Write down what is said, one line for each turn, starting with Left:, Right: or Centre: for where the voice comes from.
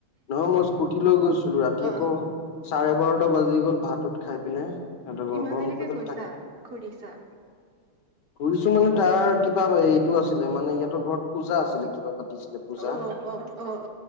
Left: নহয় মই স্কুটি লৈ গৈছিলো ৰাতি
Right: অ',
Left: আকৌ চাৰে বাৰটা বাজি গ'ল ভাতত খাই পিনে সিহঁতৰ ঘৰৰ
Right: ইমান
Left: পৰা
Right: দেৰিকে
Left: মোক কৈছিল
Right: কৈছা ঘুৰিছা-
Left: ঘুৰিছো মানে তাৰ কিবা এইটো আছিলে মানে ইিহঁতৰ ঘৰত পূজা আছিলে কিবা পাতিছিলে পূজা
Right: অ', অ', অ',